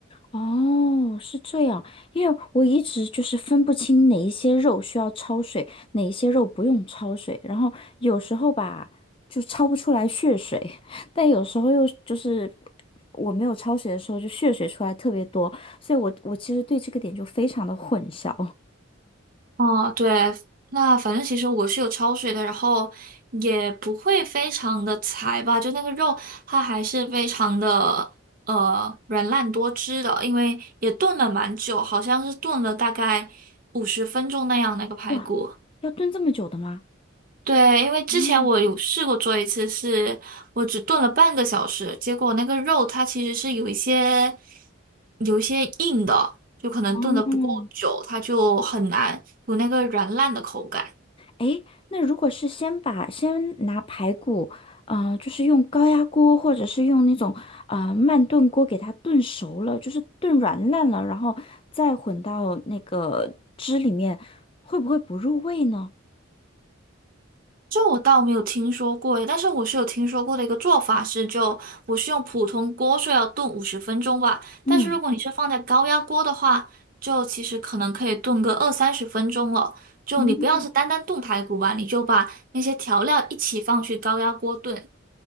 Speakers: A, on the left; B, on the right.
A: 哦，是这样，因为我一直就是分不清哪一些肉需要焯水，哪一些肉不用焯水，然后有时候吧就焯不出来血水，<laughs> 但有时候又就是我没有焯水的时候就血水出来特别多，所以我我其实对这个点就非常的混淆。
B: 哦，对，那反正其实我是有焯水的，然后也不会非常的柴吧，就那个肉它还是非常的呃软烂多汁的，因为也炖了蛮久，好像是炖了大概五十分钟那样那个排骨。
A: 哇，要炖这么久的吗？
B: 对，因为之前我有试过做一次是，
A: 嗯，
B: 我只炖了半个小时，结果那个肉它其实是有一些有一些硬的，就可能炖的不够久，
A: 哦，
B: 它就很难有那个软烂的口感。
A: 诶，那如果是先把先拿排骨，呃，就是用高压锅或者是用那种呃慢炖锅给它炖熟了，就是炖软烂了，然后再混到那个汁里面，会不会不入味呢？
B: 这我倒没有听说过诶，但是我是有听说过的一个做法是就，我是用普通锅，所以要炖五十分钟吧。
A: 嗯
B: 但是如果你是放在高压锅的话，就其实可能可以炖个二三十分钟了。就你不要是单单炖排骨吧，
A: 嗯，
B: 你就把那些调料一起放去高压锅炖